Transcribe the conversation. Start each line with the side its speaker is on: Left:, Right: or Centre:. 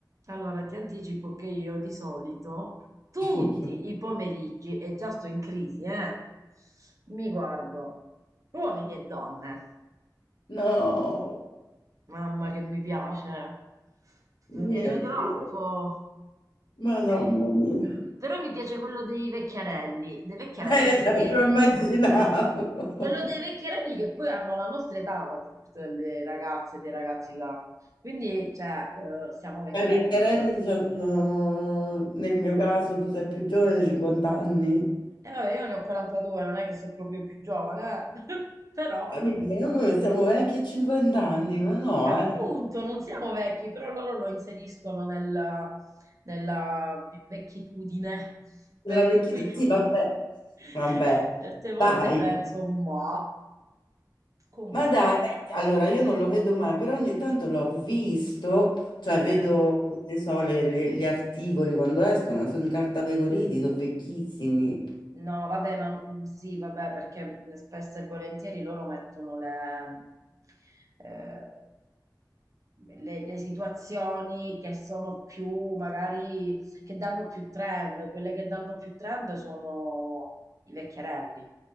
Right: Allora, ti anticipo che io di solito tutti
Left: <laughs>
Right: i pomeriggi, e già sto in crisi, eh, mi guardo uomini e donne.
Left: No,
Right: Mamma che mi piace, mi
Left: mio
Right: piace
Left: Dio,
Right: troppo.
Left: Madonna mia.
Right: Però mi piace quello dei vecchiarelli, dei vecchiarelli
Left: <laughs> Eh,
Right: che poi,
Left: lo immaginavo.
Right: quello
Left: <laughs>
Right: dei vecchiarelli che poi hanno la nostra età, la maggior parte delle ragazze e dei ragazzi là. Quindi, cioè, eh, siamo vecchietti
Left: I vecchiarelli
Right: noi.
Left: hanno, nel mio caso, tu sei più giovane, 50 anni.
Right: E vabbè, io ne ho 42, non è che sono proprio più giovane, eh. <laughs> Però,
Left: Capito? Noi siamo vecchi a 50 anni, ma no,
Right: eh, appunto,
Left: eh.
Right: non siamo vecchi, però loro lo inseriscono nella, nella vecchitudine, per
Left: La vecchia...
Right: cui
Left: Sì,
Right: <laughs>
Left: vabbè, vabbè,
Right: certe volte
Left: dai.
Right: penso, ma comunque,
Left: Ma dai, ma- allora io non lo vedo mai, però ogni tanto l'ho visto, cioè
Right: eh.
Left: vedo, ne so, le- le- gli articoli quando escono, sono incartapecoriti, sono vecchissimi.
Right: No, vabbè, ma mm, sì, vabbè, perché spesso e volentieri loro mettono le, eh, le- le situazioni che sono più, magari, che danno più trend. Quelle che danno più trend sono i vecchierelli,